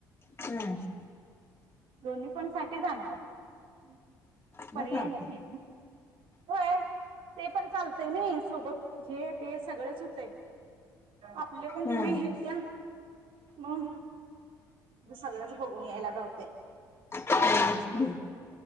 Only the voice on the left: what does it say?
हा
मग
चालतंय.
हा
तेच
की.